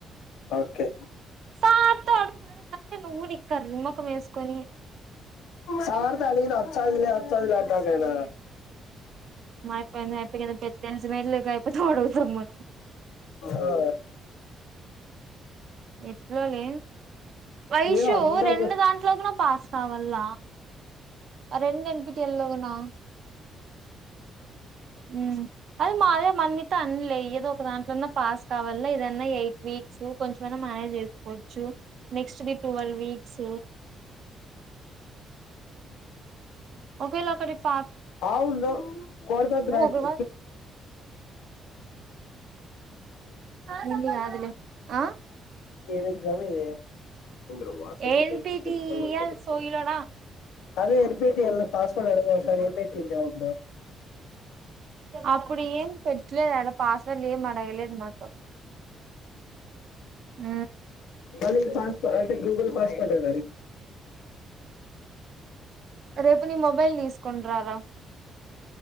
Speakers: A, on the left; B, on the right.
A: ఓకే
B: సార్ తో అడుగు అడుగంటే నువ్వు కూడా ఇక్కడ రుమ్మకం వేసుకొని
A: సార్ తో అడిగిన వచాదిలే వచాదిలే అంటాండ్ ఆయన
B: అయిపోయింది అయిపకేదొ పెద్ద తెలిసినట్లు అయిపతో అడుగుతాం మనం
A: ఆ
B: ఎట్లో లే వైషూ
A: ఏమో అందరికి
B: రెండు దాంట్లో గునా పాస్ కావల్ల రెండెందుకు ఎల్లో నా హుమ్ అదే మా <unintelligible> అన్లే ఏదో ఒక దాంట్లోన్నా పాస్ కావాల ఏదన్నా ఎయిట్ వీక్స్ కొంచ న మానాయన చే వచ్చు నెక్స్ట్ ది ట్వల్వ్ వీక్స్ ఒకేలొక్కటి పా
A: అవును కొడతాత్రకి
B: ఒక నిన్ను కాదు లే ఆ
A: ఏమేగ్జాము ఇది ఇందులో వాట్సాప్
B: ఏంటిటి
A: ఫేస్బుక్ ఇన్స్టాల్మెంట్
B: ఇయ్యాల
A: లో దొరుకుతుందా
B: సోయిలోనా
A: అదే ఎల్ పి టాబెల్ పాస్వర్డ్ అడగవా ఒకసారి ఏం పెట్టిందో ఏమో
B: అప్పుడు ఏం పెట్టలేదు అడ పాస్వర్డ్ ఏం అడగలేదు మాత్రం హ
A: అళ పాస్ అంటే గూగుల్ పాస్పోర్ట్ అ
B: రేపు నీ మొబైల్ దీసుకొని రారా